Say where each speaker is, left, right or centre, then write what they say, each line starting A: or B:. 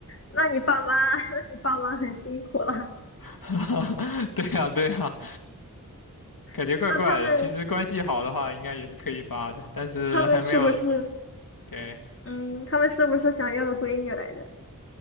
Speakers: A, on the left; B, on the left.
A: 那你爸妈，<laughs> 那你爸妈很辛苦了。
B: <laughs> 对呀对呀，感觉怪怪的。
A: <laughs> 那他们，
B: 其实关系好的话，应该也是可以发的，但是还没有，
A: 他们是不是，
B: 对，
A: 嗯，他们是不是想要个闺女来着？